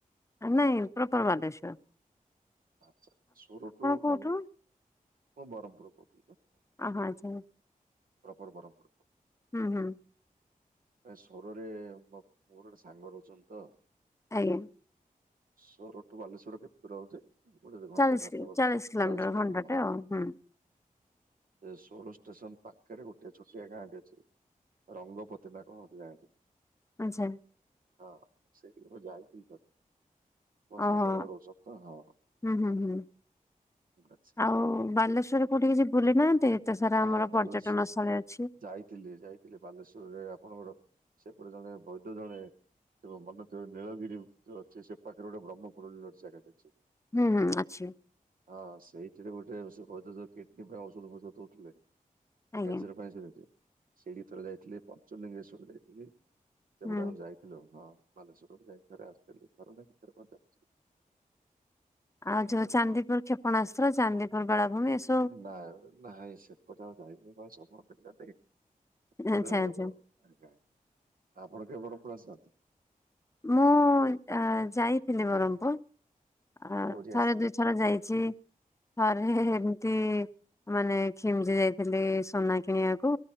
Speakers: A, on the left; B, on the right.
A: ନାଇଁ ପ୍ରୋପର ବାଲେଶ୍ୱର୍।
B: ଆଚ୍ଛା ସ୍ୱର ତୁ
A: କୋଉଠୁ
B: ବାଲ ମୁଁ ବ୍ରରମପୁର କହୁଥିଲେ ବା।
A: ଆହା ଯା
B: ପ୍ରପର୍ ବରମପୁରୁ।
A: ହୁଁ ହୁଁ।
B: ସ୍ୱର ରେ ମ ମର ଗୋଟେ ସାଙ୍ଗ ରହୁଛନ୍ତି ତ?
A: ଆଜ୍ଞା।
B: ସ୍ୱର ଠୁ ବାଲେଶ୍ୱର କେତେ ଦୂର ହଉଛି ଗୋଟେ ଦି ଘଣ୍ଟା
A: ଚାଳିଶ
B: ରାସ୍ତା
A: କି
B: ବୋଧେ
A: କିଲୋମିଟର
B: ଚାଳିଶ କିଲ
A: ଘଣ୍ଟାଟେ ଆଉ ହୁଁ
B: ସେ ସୋର ଷ୍ଟେସନ ପାଖରେ ଗୋଟେ ଛୋଟିଆ ଗାଁ ଟେ ଅଛି। ରଙ୍ଗ ପୋତିନି ନା କ ଗାଁ ଟି।
A: ଆଛା।
B: ହଁ ସେଇଠିକ୍ ମୁଁ ଯାଇଥିଲି ଥରେ। ମୋ
A: ଓହୋ।
B: ସାଙ୍ଗ ଜଣେ ରହୁଛନ୍ତି ହଁ।
A: ହୁଁ ହୁଁ ହୁଁ
B: ଆଚ୍ଛା
A: ଆଉ ବାଲେସ୍ୱର କୋଉଠି କିଛି ବୁଲି ନାହାନ୍ତି? ଏତେ ସାରା
B: ହଁ
A: ଆମର ପର୍ଯ୍ୟଟନ
B: ବାଲେଶ୍ଵର
A: ସ୍ଥଳୀ ଅଛି।
B: ଯାଇଥିଲି ଯାଇ ଥିଲେ ବାଲେଶ୍ଵରରେ ଆପଣଙ୍କର ସେପଟେ ଜଣେ ବୈଦ ଜଣେ ଥିବ ମନେ ଥିବ ନୀଳଗିରି ଯୋଉ ଅଛି ସେ ପାଖରେ ଗୋଟେ ବ୍ରହ୍ମପୁରୁ ବୋଲି ଅଛି ଜାଗା ଟେ ଅଛି।
A: ହୁଁ ହୁଁ ଅଛି।
B: ହଁ ସେଇଥିରେ ଗୋଟେ ସେ ବୈଦ ଯୁ କିଡନୀ ପାଇଁ ଔଷଧ ଫଔଷଧ ଦଉଥିଲେ। କ୍ୟାନସର୍
A: ଆଜ୍ଞା
B: ପାଇଁ ସିରିଡି ଯାଇ। ସିଡ଼ି ଥରେ ଯାଇଥିଲି ପଞ୍ଚଲିଙ୍ଗେଶ୍ଵର ଯାଇଥିଲି। ସେପଟେଆ
A: ହୁଁ।
B: ମୁ ଯାଇଥିଲୁ ହଁ ବାଲେଶ୍ଵରକୁ ଯାଇକି ଥରେ ଆସିଥିଲି, ଥରେ ନାଁ ଦି ଥର କଁ ଯାଇଚି?
A: ଆଉ ଯୋଉ ଚାନ୍ଦିପୁର୍ କ୍ଷେପଣାସ୍ତ୍ର ଚାନ୍ଦିପୁର୍ ବେଳାଭୂମି ଏସ
B: ନା ନାଇଁ ସେପଟେ ଆଉ ଯାଇନି। କଣ <unintelligible> କିନ୍ତୁ ଆଜ୍ଞା!
A: ଆଚ୍ଛା ଆଚ୍ଛା।
B: ଆଜ୍ଞା! ଆପଣ କେବଳ ପ୍ରଶାନ୍ତି।
A: ମୁଁଉଁ ଏଁ ଯାଇଥିଲି ବରହମପୁର୍। ଆଁ
B: କୋଉଠି
A: ଥରେ
B: ଆସିବେ
A: ଦୁଇଥର ଯାଇଛି। ଥରେ ହେ ଏ ଏମତି ମାନେ ଖିମଜି ଯାଇଥିଲି ସୁନା କିଣିଆକୁ।